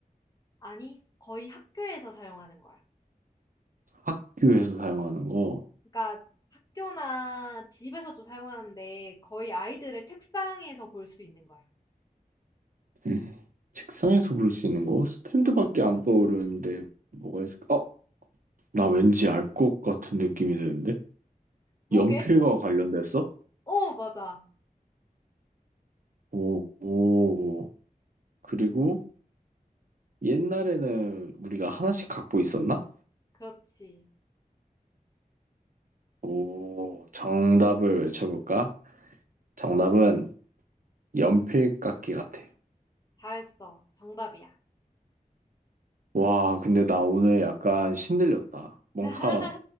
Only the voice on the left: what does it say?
아니, 거의 학교에서 사용하는 거야.
그러니까 학교나 집에서도 사용하는데 거의 아이들의 책상에서 볼 수 있는 거야.
뭐게?
어, 맞아.
그렇지.
잘했어. 정답이야.
<laughs>